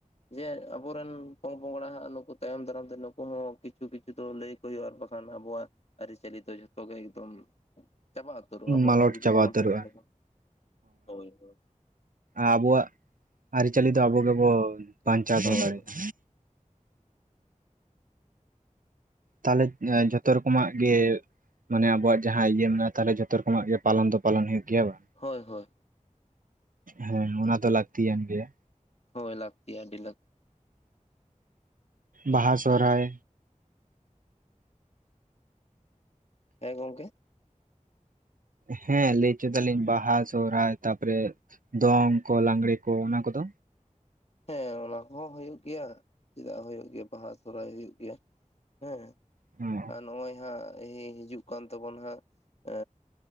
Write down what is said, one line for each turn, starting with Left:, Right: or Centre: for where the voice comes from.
Left: ᱡᱮ ᱟᱵᱚᱨᱮᱱ ᱯᱚᱝᱯᱚᱝᱲᱟ ᱦᱟᱸᱜ ᱱᱩᱠᱩ ᱛᱟᱭᱚᱢ ᱫᱟᱨᱟᱢ ᱛᱮ ᱱᱩᱠᱩ ᱦᱚᱸ ᱠᱤᱪᱷᱩ ᱠᱤᱪᱷᱩ ᱫᱚ ᱞᱟᱹᱭ ᱠᱚ ᱦᱩᱭᱩᱜ ᱼ ᱟ ᱟᱨ ᱵᱟᱠᱷᱟᱱ ᱟᱵᱚᱣᱟ ᱟᱹᱨᱤᱪᱟᱹᱞᱤ ᱫᱚ ᱡᱚᱛᱚ ᱜᱮ ᱮᱠᱫᱚᱢ ᱪᱟᱵᱟᱜ ᱩᱛᱟᱹᱨ ᱟᱵᱚ
Right: ᱢᱟᱞᱚᱴ
Left: ᱦᱚᱸ ᱡᱩᱫᱤ
Right: ᱪᱟᱵᱟ
Left: ᱵᱚᱜᱚᱱ
Right: ᱩᱛᱟᱹᱨᱚᱜᱼᱟ
Left: ᱥᱮᱲᱟ ᱞᱮᱠᱷᱟᱱ ᱦᱳᱭ ᱦᱳᱭ
Right: ᱟᱵᱚᱣᱟᱜ ᱟᱹᱨᱤᱪᱟᱹᱞᱤ ᱫᱚ ᱟᱵᱚ ᱜᱮᱵᱚ ᱵᱟᱧᱪᱟᱣ ᱫᱚᱦᱚ
Left: ᱦᱳᱭ
Right: ᱫᱟᱲᱮᱭᱟᱜᱼᱟ ᱛᱟᱦᱞᱮ ᱡᱷᱚᱛᱚ ᱨᱚᱠᱚᱢᱟᱜ ᱜᱮ ᱢᱟᱱᱮ ᱟᱵᱚᱣᱟᱜ ᱡᱟᱦᱟᱸ ᱤᱭᱟᱹ ᱢᱮᱱᱟᱜᱼᱟ ᱛᱟᱦᱚᱞᱮ ᱡᱷᱚᱛᱚ ᱨᱚᱠᱚᱢᱟᱜ ᱜᱮ ᱯᱟᱞᱚᱱ ᱫᱚ ᱯᱟᱞᱚᱱ ᱦᱩᱭᱩᱜ ᱜᱮᱭᱟ ᱵᱟ
Left: ᱦᱳᱭ ᱦᱳᱭ
Right: ᱦᱮᱸ ᱚᱱᱟ ᱫᱚ ᱞᱟᱹᱠᱛᱤᱭᱟᱱ ᱜᱮᱭᱟ
Left: ᱦᱳᱭ ᱞᱟᱹᱜᱛᱤ ᱰᱤᱞᱟᱠ
Right: ᱵᱟᱦᱟ ᱥᱚᱦᱨᱟᱭ
Left: ᱦᱮᱸ ᱜᱚᱢᱠᱮ
Right: ᱦᱮᱸ ᱞᱟᱹᱭ ᱦᱚᱪᱚᱭᱮᱫᱟᱞᱤᱧ ᱵᱟᱦᱟ ᱥᱚᱦᱨᱟᱭ ᱛᱟᱯᱚᱨᱮ ᱫᱚᱝ ᱠᱚ ᱞᱟᱜᱽᱲᱮ ᱠᱚ ᱚᱱᱟ ᱠᱚᱫᱚ
Left: ᱦᱮᱸ ᱚᱱᱟ ᱠᱚᱦᱚᱸ ᱦᱩᱭᱩᱜ ᱜᱮᱭᱟ ᱪᱮᱫᱟᱜ ᱦᱩᱭᱩᱜ ᱜᱮᱭᱟ ᱵᱟᱦᱟ ᱥᱚᱦᱨᱟᱭ ᱦᱩᱭᱩᱜ ᱜᱮᱭᱟ ᱦᱮᱸ
Right: ᱦᱚᱸ
Left: ᱟᱨ ᱱᱚᱜᱼᱚᱭ ᱦᱟᱸᱜ ᱦᱤᱡᱩᱜ ᱠᱟᱱ ᱛᱟᱵᱚ ᱦᱟᱸᱜ ᱮ